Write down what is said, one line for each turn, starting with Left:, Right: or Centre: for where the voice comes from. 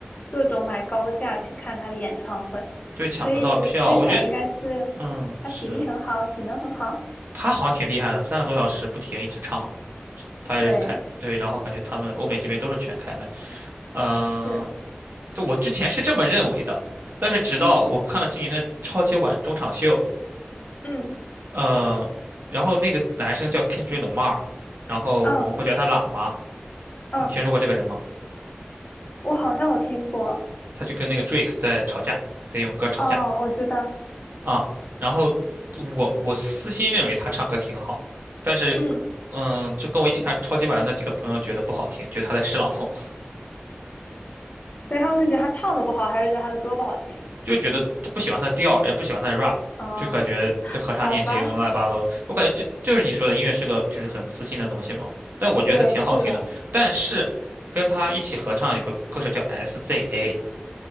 Left: 各种买高价去看他的演唱会，
Right: 对，抢不到票，
Left: 所以我猜想应该是
Right: 我觉得，嗯，
Left: 他体力很好，
Right: 是
Left: 体能很好。
Right: 他好像挺厉害的，三个多小时不停一直唱，他也是开，
Left: 对，
Right: 对，然后感觉他们欧美这边都是全开麦。嗯，
Left: 是，
Right: 这我之前是这么认为的，但是直到我看了今年的超级碗中场秀。
Left: 嗯嗯
Right: 呃，然后那个男生叫 Kendrick Lamar，然后我们会叫他喇嘛。
Left: 嗯嗯，
Right: 你听说过这个人吗？
Left: 我好像有听过，
Right: 他就跟那个 Drake 在吵架，在用歌吵架
Left: 哦，我知道，
Right: 啊。然后我我私心认为他唱歌挺好，但是嗯，
Left: 嗯，
Right: 就跟我一起看超级碗的那几个朋友觉得不好听，觉得他在诗朗诵。
Left: 所以他们是觉得他唱的不好，还是觉得他的歌不好听？
Right: 就觉得不喜欢他的调也不喜欢他的 rap，
Left: 啊、
Right: 就感觉这合唱念经乱七八糟。
Left: 好吧，
Right: 我感觉这就是你说的音乐是个就是很私心的东西嘛。但我觉得他挺好听的。
Left: 对，是的，
Right: 但是跟他一起合唱有个歌手叫 S.Z.A，